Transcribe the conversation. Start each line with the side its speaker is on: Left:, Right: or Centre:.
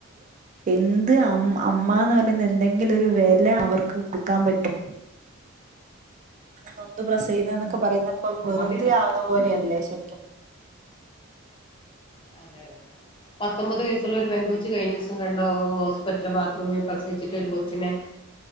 Right: എന്ത് അ അമ്മന്ന് പറയുന്ന എന്തെങ്കിലു ഒരു വില അവർക്ക് കൊടുക്കാൻ പറ്റോ അ നൊന്തു പ്രസവിക്കാൻ എന്നൊക്കെ
Left: ഉം
Right: പറയുന്നപ്പൊ വെറുതെ
Left: അതില്ല
Right: ആവുന്ന പോലെയല്ലേ ശരിക്കും
Left: അതെ അതെ പത്തൊമ്പത് വയസ്സുള്ള ഒരു പെൺ കൊച്ചി കഴിഞ്ഞ ദിവസം കണ്ടോ ഹോസ്പിറ്റലില ബാത്റൂമിൽ പ്രസവിച്ചിട്ട് ഒരു കൊച്ചിനെ